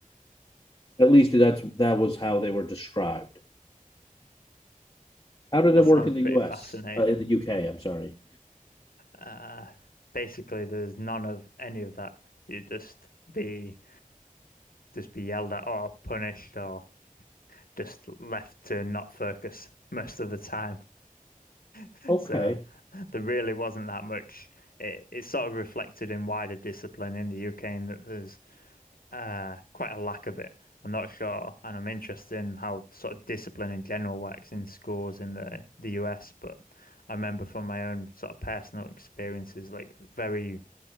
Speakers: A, on the left; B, on the left.
A: At least that's that was how they were described. How did it
B: That
A: work
B: sounds
A: in
B: pretty
A: the U.S.
B: fascinating.
A: Uh, in the U.K.? I'm sorry.
B: Uh, basically, there's none of any of that. You just be just be yelled at or punished or just left to not focus most of the time. <laughs>
A: Okay,
B: so there really wasn't that much. It, it's sort of reflected in wider discipline in the UK, in that there's uh, quite a lack of it. I'm not sure, and I'm interested in how sort of discipline in general works in schools in the the US. But I remember from my own sort of personal experiences, like very